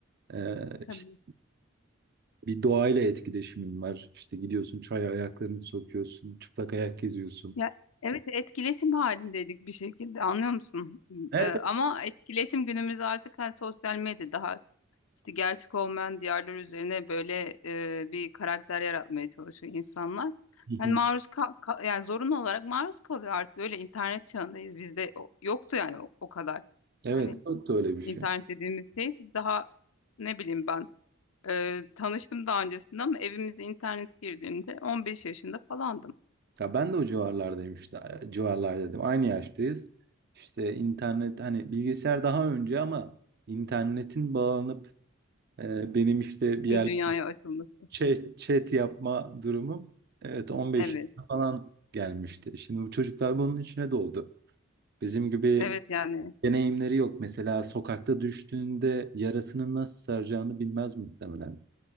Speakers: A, on the right; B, on the left.
A: E,
B: tabii.
A: işte bir doğayla etkileşimin var. İşte gidiyorsun çaya ayaklarını sokuyorsun, çıplak ayak geziyorsun.
B: Ya evet etkileşim halindeydik bir şekilde anlıyor musun?
A: Evet.
B: Ee, ama
A: Evet,
B: etkileşim günümüz artık hani sosyal medya daha işte gerçek olmayan diyarlar üzerine böyle e, bir karakter yaratmaya çalışıyor insanlar.
A: Hı
B: Yani
A: hı.
B: maruz ka- ka- yani zorunlu olarak maruz kalıyor artık öyle internet çağındayız. Bizde o- yoktu yani o, o kadar.
A: Evet,
B: Hani
A: çok da öyle bir şey.
B: internet dediğimiz şey işte, daha ne bileyim ben e, tanıştım daha öncesinde ama evimize internet girdiğinde 15 yaşında falandım.
A: Ya ben de o civarlardayım işte. Civarlar dedim. Aynı yaştayız. İşte internet hani bilgisayar daha önce ama internetin bağlanıp e, benim işte bir
B: Şimdi
A: yer
B: dünyaya açılması.
A: chat, chat yapma durumum evet 15
B: Evet.
A: yaşına falan gelmişti. Şimdi bu çocuklar bunun içine doğdu. Bizim gibi
B: Evet yani
A: deneyimleri yok. Mesela sokakta düştüğünde yarasını nasıl saracağını bilmez muhtemelen.